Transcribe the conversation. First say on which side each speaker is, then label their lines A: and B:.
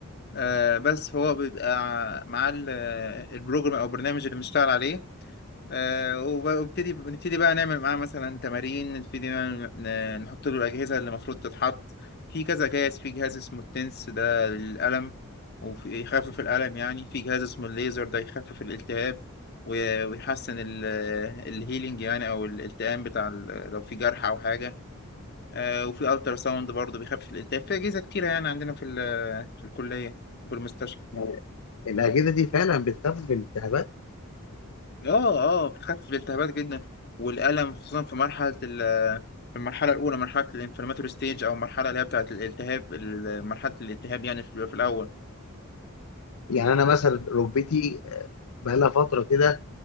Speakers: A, on the left (about 50°); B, on the left (about 80°).
A: آه، بس هو بيبقى معاه ال- آه، البروجرام او البرنامج اللي بنشتغل عليه آه، وب- وابتدي بنبتدي بقى نعمل معاه مثلا تمارين نبتدي نعمل- ن- نحط له الأجهزة اللي المفروض تتحط في كذا جهاز في جهاز اسمه التنس ده للألم وفي يخفف الألم يعني في جهاز اسمه الليزر ده يخفف الالتهاب و- ويحسن ال- الهيلينج يعني أو الالتئام بتاع ال- لو في جرح أو حاجة آه، وفي ألترا ساوند برضه بيخفف الالتهاب في أجهزة كتيرة يعني عندنا في ال- في الكلية وفي المستشفى
B: يعني الاجهزه دي فعلا بتخفف الالتهابات
A: اه اه بتخفف الالتهابات جدا والألم خصوصا في مرحلة ال في المرحلة الأولى مرحلة الانفلاماتوري ستيج أو المرحلة اللي هي بتاعة الالتهاب ال- مرحلة الالتهاب يعني في في الأول
B: يعني انا مثلا ركبتي آه، بقى لها فتره كده